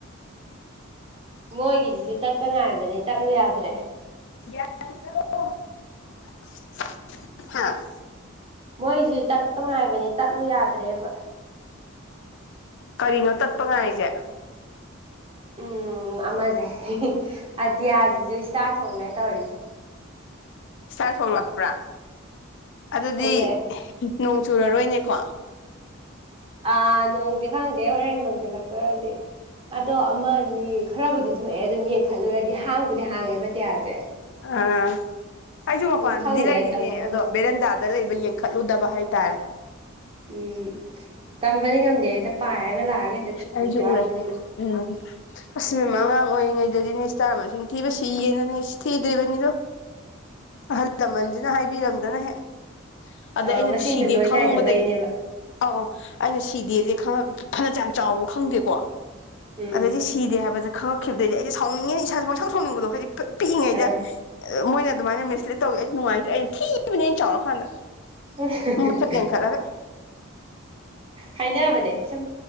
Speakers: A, on the right; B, on the left.
A: ꯃꯣꯏꯒꯤꯁꯤꯁꯨ ꯇꯠꯄ ꯉꯥꯏꯕꯅꯦ ꯇꯠꯂꯨ ꯌꯥꯗ꯭ꯔꯦ
B: <unintelligible>
A: ꯃꯣꯏꯖꯤ ꯇꯠꯄ ꯉꯥꯏꯕꯅꯦ ꯇꯠꯂꯨ ꯌꯥꯗ꯭ꯔꯦꯕ
B: ꯀꯔꯤꯅꯣ ꯇꯠꯄ ꯉꯥꯏꯔꯤꯖꯦ
A: ꯎꯝ ꯑꯃꯖꯦ ꯑꯇꯤꯌꯥꯖꯤꯖꯨ ꯏꯁꯇꯥꯔ ꯊꯣꯛꯂꯦ ꯇꯧꯔꯤꯖꯦ
B: ꯏꯁꯇꯥꯔ ꯊꯣꯛꯣꯂꯛꯄ꯭ꯔꯥ ꯑꯗꯨꯗꯤ
A: ꯊꯣꯛꯂꯛꯑꯦ
B: ꯅꯣꯡ ꯆꯨꯨꯔꯔꯣꯏꯅꯦꯀꯣ
A: ꯑꯥ ꯅꯣꯡꯁꯦ ꯈꯪꯗꯦ ꯍꯣꯔꯦꯟ ꯃꯪꯁꯤꯜꯂꯛꯄ꯭ꯔꯗꯤ ꯑꯗꯣ ꯑꯃ ꯑꯅꯤ ꯈꯔꯕꯨꯗꯤ ꯊꯣꯛꯑꯦ ꯑꯗꯨꯝ ꯌꯦꯡꯈꯠꯂꯨꯔꯗꯤ ꯍꯥꯡꯕꯨꯗꯤ ꯍꯥꯡꯉꯦꯕ ꯑꯇꯤꯌꯥꯖꯦ
B: ꯑꯥ ꯑꯩꯖꯨ ꯃꯄꯥꯟꯗꯗꯤ
A: ꯈꯪꯗꯦ
B: ꯂꯩꯔꯤꯅꯦ
A: ꯇꯝꯕ ꯉꯝꯗꯦ
B: ꯑꯗꯣ ꯕꯦꯔꯦꯟꯗ ꯗ ꯂꯩꯕ ꯌꯦꯡꯈꯠꯂꯨꯗꯕ ꯍꯥꯏꯇꯥꯔꯦ
A: ꯎꯝ ꯇꯝꯕꯗꯤ ꯉꯝꯗꯦ ꯍꯦꯛꯇ ꯄꯥꯏꯔꯒ ꯂꯥꯛꯑꯒ ꯍꯦꯛꯇ ꯆꯨꯕꯁꯨ
B: ꯑꯩꯁꯨ
A: ꯌꯥꯎꯕꯅꯤꯅ
B: ꯎꯔꯦ ꯎꯝ ꯑꯁꯤ ꯏꯕꯦꯝꯃꯥ ꯑꯉꯥꯡ ꯑꯣꯏꯔꯤꯉꯩꯗꯗꯤꯅꯦ ꯏꯁꯇꯥꯔ ꯃꯁꯤꯡ ꯊꯤꯕꯁꯤ ꯏꯌꯦꯅꯅꯦ ꯁꯤ ꯊꯤꯗ꯭ꯔꯤꯕꯅꯤꯗꯣ ꯑꯍꯜ ꯂꯃꯟꯁꯤꯅ ꯍꯥꯏꯕꯤꯔꯝꯗꯅꯍꯦꯛ ꯑꯗꯩ
A: ꯑ
B: ꯑꯩꯅ
A: ꯃꯁꯤꯡꯗꯣ
B: ꯁꯤꯗꯦ
A: ꯂꯣꯏ
B: ꯈꯪꯕꯗꯒꯤ
A: ꯅꯥꯏꯗꯕꯩꯅꯦꯕ
B: ꯑꯧ ꯑꯩꯅ ꯁꯤꯗꯦꯁꯦ ꯈꯪꯉꯛ ꯐꯅꯌꯥꯝ ꯆꯥꯎꯕ ꯈꯪꯗꯦꯀꯣ
A: ꯎꯝ
B: ꯑꯗꯩꯗꯤ ꯁꯤꯗꯦ ꯍꯥꯏꯕꯁꯦ ꯈꯪꯉꯛꯈꯤꯕꯗꯒꯤꯩꯗꯤ ꯑꯩꯁꯦ ꯁꯥꯎꯅꯤꯡꯉꯦꯅꯦ ꯏꯁꯥꯥꯁꯦ ꯄꯪꯁꯥꯎ ꯁꯥꯎꯅꯤꯡꯕꯗꯣ ꯍꯥꯏꯗꯤ ꯄꯤꯛꯏꯉꯩꯗ
A: ꯑꯥ
B: ꯃꯣꯏꯅ ꯑꯗꯨꯃꯥꯏꯅ ꯃꯤꯁꯂꯦꯠ ꯇꯧꯋ ꯑꯩꯁꯨ ꯅꯨꯡꯉꯥꯏꯇ꯭ꯔꯦ ꯑꯩꯅ ꯊꯤꯕꯅꯦ ꯑꯩꯅ ꯆꯥꯎꯔꯀꯥꯟꯗ
A: <unintelligible>
B: ꯃꯊꯛ ꯌꯦꯡꯈꯠꯂꯒ
A: ꯍꯥꯏꯅꯕꯅꯦ ꯁꯨꯝ